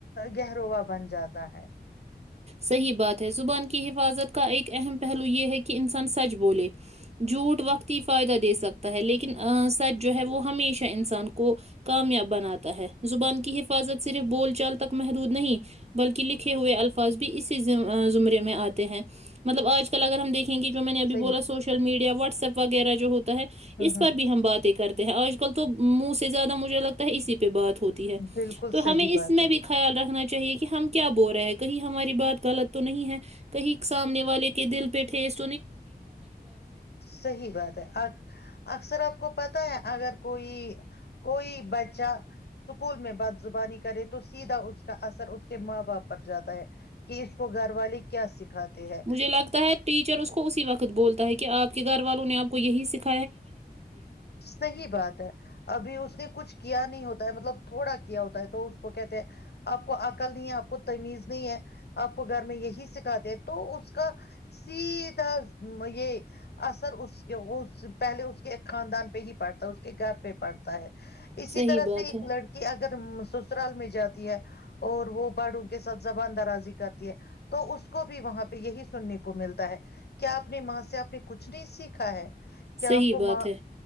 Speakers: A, on the left (about 80°); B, on the right (about 40°).
A: گہرووا بن جاتا ہے
B: صحیح بات ہے زبان کی حفاظت کا ایک اہم پہلو یہ ہے کہ انسان سچ بولے جھوٹ وقتتی فائدہ دے سکتا ہے لیکن سچ جو ہے وہ ہمیشہ انسان کو کامیاب بناتا ہے زبان کی حفاظت صرف بول چال تک محدود نہیں بلکہ لکھے ہوئے الا بھی اسی زمرے میں آتے ہیں مطلب آج کل اگر ہم دیکھ کہ جو میں نے ابھی
A: صحیح
B: بو سوشل میڈیا واٹ وٹسپ وغیرہ جو ہو ہے
A: ہ
B: اس پر
A: ہ
B: بھی ہم باتیں کرتے آج کل تو منہ سے زیادہ مجھے لگتا ہے اسی پر پہ بات ہوتی ہے
A: بالکل
B: تو
A: صحیح
B: ہمیں اس
A: بات
B: میں
A: ہے
B: بھی خیال رکھنا چاہی چاہیے کہ ہم کیا بول رہے ہیں کہیں ہماری بات غلط تو نہیں ہے کہیں سامنے والے کے دل پہ ٹھس
A: صحی بات ہے اکثر آپ کو پتا ہے اگر کوئی کوئی بچہ اسکول میں بد زبانی کرے تو سیدھا اس کا اثر اس کے ماں باپ پر جاتا ہے کہ اس کو گھر والے کیا سکھاتے ہیں
B: مجھے لگتا ہے ٹیچر اس کو اسی وقت بولتا ہے کہ آپ کے گھر والوں نے آپ کو یہی سکھا
A: صحیح بات ہے ابھی اس نے کچھ کیا نہیں ہوتا ہے مطلب تھوڑا کیا ہوتا ہے تو اس کو کہتے ہیں آپ کو عقل نہیں ہے آپ کو تمیز نہیں ہے آپ کو گھر میں یہی سکھاتے ہیں تو اس کا سیدھا یہ اثر اس کے پہلے اس کے ایک خاندان پہ ہی پڑتا ہے اس کے گھر پہ پڑتا ہے اسی
B: صحیح
A: طرح
B: بات
A: سے ایک
B: ہے
A: لڑکی اگر سسرال میں جاتی ہے اور وہ بڑوں کے ساتھ زبان درازی کرتی ہے تو اس کو بھی وہاں پہ یہی سننے کو ملتا ہے کیا آپ نے ماں سے آپ نے کچھ نہیں سیکھا ہے کیا
B: صحیح
A: آپ کو
B: بات
A: م
B: ہے